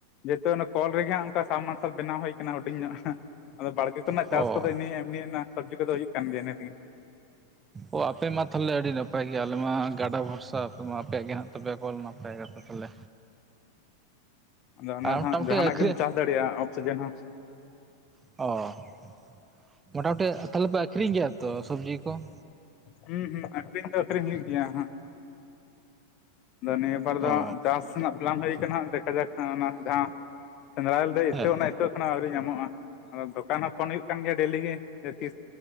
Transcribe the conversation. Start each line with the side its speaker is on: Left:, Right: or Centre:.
Left: ᱡᱮᱛᱩ ᱚᱱᱮ ᱠᱚᱞ ᱨᱮᱜᱮ ᱦᱟᱸᱜ ᱚᱱᱠᱟ ᱥᱟᱢᱢᱟᱨᱥᱟᱞ ᱵᱮᱱᱟᱣ ᱦᱩᱭ ᱟᱠᱟᱱᱟ ᱦᱩᱰᱤᱧ ᱧᱚᱜ, ᱟᱫᱚ ᱵᱟᱲᱜᱮ ᱠᱚᱨᱮᱱᱟᱜ
Right: ᱦᱚ
Left: ᱪᱟᱥ ᱠᱚᱫᱚ ᱮᱢᱱᱤ ᱨᱮᱱᱟᱜ ᱥᱚᱵᱡᱤ ᱠᱚᱫᱚ ᱦᱩᱭᱩᱜ ᱠᱟᱱ ᱜᱮᱭᱟ ᱤᱱᱟᱹ ᱛᱮᱜᱮ।
Right: ᱚ ᱟᱯᱮ ᱢᱟ ᱛᱟᱞᱦᱮ ᱟᱹᱰᱤ ᱱᱟᱯᱟᱭ ᱜᱮ ᱟᱞᱮ ᱢᱟ ᱜᱟᱰᱟ ᱵᱷᱚᱨᱥᱟ ᱟᱯᱮ ᱢᱟ ᱟᱯᱮᱭᱟᱜ ᱜᱮ ᱦᱮᱱᱟᱜ ᱛᱟᱯᱮᱭᱟ ᱠᱚᱞ ᱱᱟᱯᱟᱭ ᱜᱮᱯᱮ ᱟᱞᱮ
Left: ᱟᱫᱚ ᱚᱱᱟ ᱫᱚ
Right: ᱢᱚᱴᱟᱢᱩᱴᱤ
Left: ᱦᱟᱜ, ᱡᱟᱦᱟᱱᱟᱜ
Right: ᱟᱹᱠᱷᱨᱤᱧ
Left: ᱜᱮᱢ ᱪᱟᱥ ᱫᱟᱲᱮᱭᱟᱜᱼᱟ, ᱚᱯᱥᱤᱡᱮᱱ ᱦᱚᱸ ᱾
Right: ᱚᱻ ᱾ ᱢᱳᱴᱟ ᱢᱩᱴᱤ, ᱛᱟᱦᱚᱞᱮ ᱯᱮ, ᱟᱠᱷᱨᱤᱧ ᱜᱮᱭᱟ ᱛᱚ, ᱥᱚᱵᱽᱡᱤ ᱠᱚ ᱾
Left: ᱦᱩᱸ ᱦᱩᱸ, ᱟᱠᱷᱨᱤᱧ ᱫᱚ ᱟᱠᱷᱨᱤᱧ ᱦᱩᱭᱩᱜ ᱜᱮᱭᱟ ᱦᱟᱸᱜ ᱾ ᱱᱤᱭᱟᱹ ᱵᱟᱨ ᱫᱚ
Right: ᱚ
Left: ᱦᱟᱸᱜ, ᱪᱟᱥ ᱨᱮᱱᱟᱜ ᱯᱟᱞᱟᱱ ᱦᱩᱭ ᱟᱠᱟᱱᱟ, ᱫᱮᱠᱷᱟ ᱡᱟᱠ ᱚᱱᱟ ᱡᱟᱦᱟᱸ, ᱥᱮᱸᱫᱽᱨᱟᱞ ᱤᱛᱟᱹ,
Right: ᱦᱮᱸ
Left: ᱚᱱᱟ ᱤᱛᱟᱹ ᱠᱷᱚᱱᱟᱜ, ᱟᱹᱣᱨᱤ ᱧᱟᱢᱚᱜᱼᱟ ᱾ ᱟᱫᱚ ᱫᱚᱠᱟᱱ ᱦᱚᱸ ᱯᱷᱳᱱ ᱦᱩᱭᱩᱜ ᱟᱠᱟᱱ ᱜᱮᱭᱟ ᱰᱮᱞᱤ ᱜᱮ, ᱡᱮ ᱛᱤᱥ